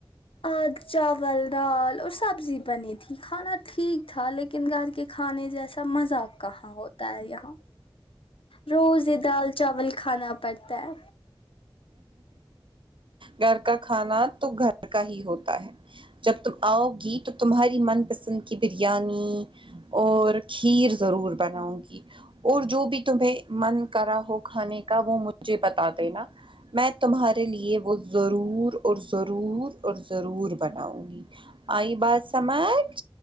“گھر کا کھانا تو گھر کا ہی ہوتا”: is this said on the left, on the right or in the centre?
Right